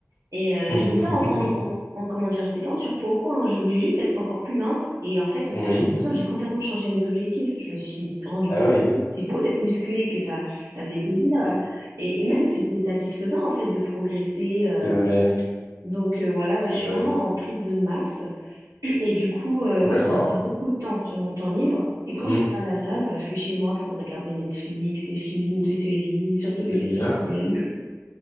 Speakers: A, on the right; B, on the left.
A: Et euh,
B: <laughs>
A: j'étais pas en, en- en- en- comment dire, j'étais pas en surpoids ou quoi, hein. Je voulais juste être encore plus mince. Et en fait, au
B: Oui,
A: fur et à mesure, j'ai complètement changé mes objectifs. Je me suis rendu
B: ah
A: compte
B: oui,
A: que c'était beau d'être musclé, que ça, ça faisait plaisir. euh, Et, et même, c'est c'est satisfaisant en fait de progresser. euh.
B: c'est vrai,
A: Donc euh, voilà,
B: c'est
A: là, je suis
B: vrai.
A: vraiment en prise de masse. Et du coup, euh, ouais,
B: D'accord.
A: ça me prend beaucoup de temps sur mon temps libre. Et
B: Mhm.
A: quand je suis pas à la salle, bah, je suis chez moi en train de regarder Netflix, des films, des séries, surtout
B: C'est
A: des séries
B: bien.
A: coréennes.